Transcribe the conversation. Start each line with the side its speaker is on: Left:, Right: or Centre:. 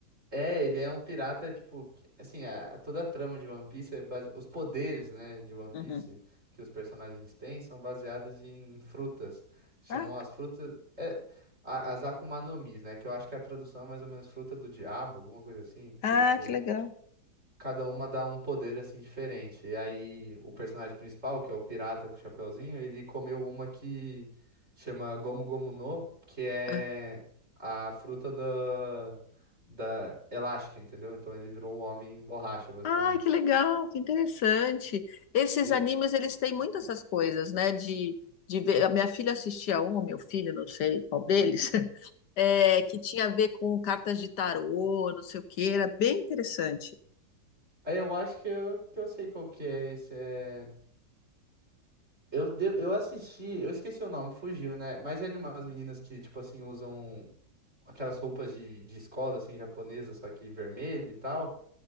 Right: É, ele é um pirata, tipo, que- assim, a, a- toda a trama de One Piece é base... os poderes, né, de One Piece
Left: Uhum.
Right: que os personagens têm são baseados em frutas. Chamam
Left: Ah,
Right: as frutas é, a- as Akuma no Mis, né, que eu acho que a tradução é mais ou menos fruta do diabo, alguma coisa assim, porque
Left: ah,
Right: tipo
Left: que legal.
Right: cada uma dá um poder assim diferente. E aí o personagem principal, que é o pirata com o chapeuzinho, ele comeu uma que chama Gomu Gomu no, que é
Left: Ah,
Right: a fruta da da elástica, entendeu? Então ele virou um homem borracha, basicamente.
Left: Ah, que legal, que interessante. Esses
Right: E
Left: animes, eles têm muitas essas coisas, né? De, de ver. A minha filha assistia um, meu filho, não sei qual deles. <laughs> é, que tinha a ver com cartas de tarô, não sei o que, era bem interessante.
Right: aí eu acho que eu, que eu sei qual que é esse é Eu, de- eu assisti, eu esqueci o nome, fugiu, né? Mas é de umas meninas que, tipo assim, usam aquelas roupas de, de escola, assim, japonesa, só que vermelho e tal.